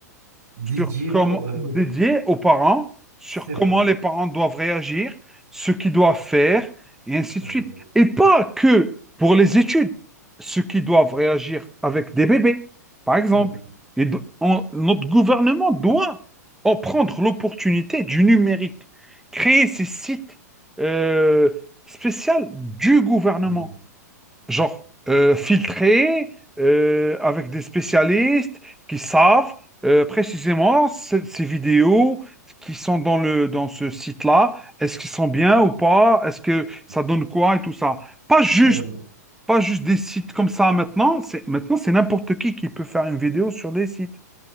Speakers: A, on the right; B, in the centre.
A: Didier
B: sur comment
A: pour... euh,
B: dédié
A: les-
B: aux parents, sur
A: c'est
B: comment
A: vrai.
B: les parents doivent réagir, ce qu'ils doivent faire, et ainsi
A: C'est
B: de suite.
A: vrai.
B: Et pas que pour les études, ce qui doivent réagir avec des bébés, par exemple.
A: C'est vrai.
B: Et do- on- notre gouvernement doit en prendre l'opportunité du numérique, créer ces sites euh, spéciaux du gouvernement
A: Oui.
B: Genre, euh, filtré, euh, avec des spécialistes qui savent euh, précisément ce- ces vidéos qui sont dans le, dans ce site-là, est-ce qu'ils sont bien ou pas, est-ce que
A: oui.
B: ça donne quoi et tout ça. Pas juste,
A: C'est vrai.
B: pas juste des sites comme ça maintenant, c'est, maintenant c'est n'importe qui qui peut faire une vidéo sur des sites.